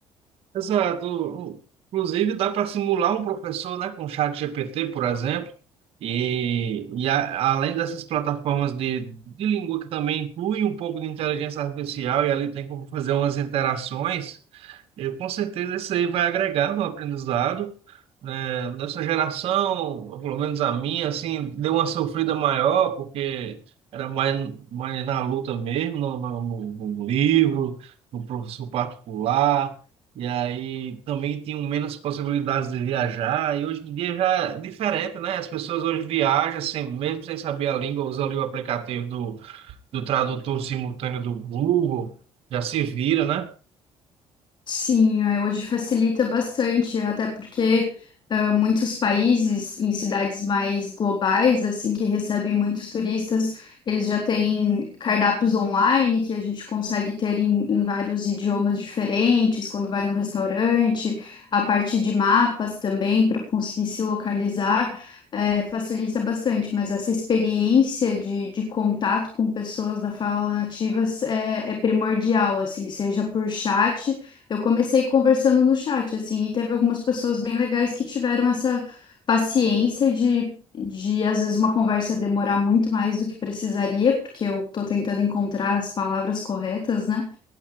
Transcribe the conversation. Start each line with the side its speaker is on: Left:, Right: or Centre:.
Right: Exato. Inclusive, dá para simular um professor, né, com o ChatGPT, por exemplo, e, e a- além dessas plataformas de, de língua que também inclui um pouco de inteligência artificial, e ali tem como fazer umas interações. Eu, com certeza isso aí vai agregar no aprendizado. né? Nessa geração, pelo menos a minha, assim, deu uma sofrida maior, porque era mais, mais na luta mesmo, no, no, no- no livro, no professor particular, e aí também tinham menos possibilidades de viajar, e hoje em dia já é diferente, né? As pessoas hoje viajam, assim, mesmo sem saber a língua, usam ali o aplicativo do, do tradutor simultâneo do Google, já se vira, né?
Left: Sim, é, hoje facilita bastante, até porque ah, muitos países em cidades mais globais, assim, que recebem muitos turistas, eles já têm cardápios online que a gente consegue ter em, em vários idiomas diferentes, quando vai no restaurante, a parte de mapas também para conseguir se localizar, eh, facilita bastante, mas essa experiência de, de contato com pessoas da fala nativa é, é primordial, assim, seja por chat eu comecei conversando no chat, assim, e teve algumas pessoas bem legais que tiveram essa paciência de, de às vezes, uma conversa demorar muito mais do que precisaria, porque eu tô tentando encontrar as palavras corretas, né?